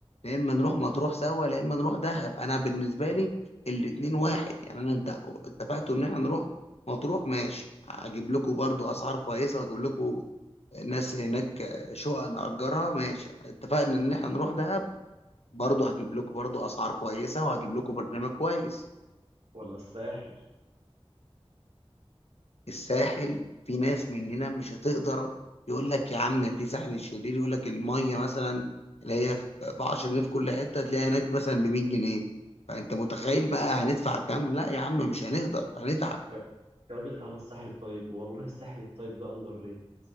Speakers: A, on the left; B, on the right.
A: يا اما نروح مطروح سوا يا اما نروح دهب انا بالنسبه لي الاتنين واحد يعني انا انت اتفقتوا ان احنا نروح مطروح ماشي هجيب لكم برضو اسعار كويسه واجيب لكم ناس هناك شقق نأجرها ماشي اتفقنا ان احنا نروح دهب برضه هجيب لكم برضه اسعار كويسة وهجيب لكم برنامج كويس
B: ولا الساحل
A: الساحل في ناس مننا مش هتقدر يقول لك يا عم في ساحل الشرير يقول لك المية مثلا اللي هي ب 10 جنيه في كل حتة تلاقيها هناك مثلا ب 100 جنيه فانت متخيل بقى هندفع كام لا يا عم مش هنقدر هنتعب
B: يا يا راجل تعالى الساحل الطيب والله الساحل الطيب ده اندر ريتد